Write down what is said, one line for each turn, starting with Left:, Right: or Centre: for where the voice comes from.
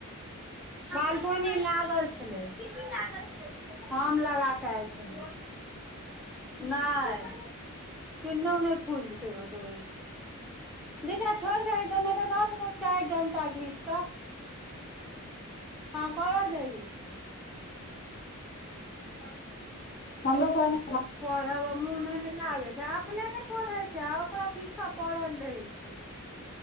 Centre: बालकोनि लऽ <unintelligible> हम लगा के आयल छलियै। नहि किनौ नहि खुजतै ओ ड्रेस दीजा छोड़ि दहि नहि त द देवो चारि डनटा घीच क <inaudible> <unintelligible> हँ कर दही <unintelligible>
Left: हमरो घर मे
Centre: पढ़ मे मुने नहि लागे छै अपने नै पढ़ै छै आ ओकरा पीछा पढ़ल रहे छै